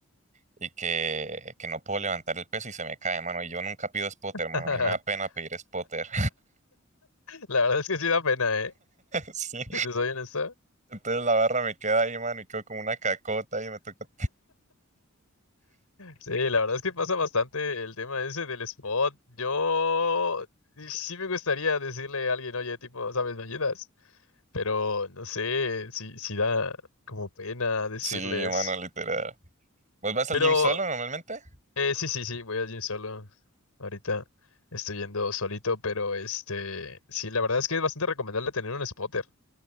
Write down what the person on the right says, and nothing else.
y que, que no puedo levantar el peso y se me cae, mano. Y yo nunca pido spotter,
mano. A mí me da pena pedir spotter.
<laughs> Sí.
Entonces la barra me queda ahí, mano, y quedo como una cacota y me toca.
Sí, mano, literal. ¿Vos vas
al gym solo normalmente?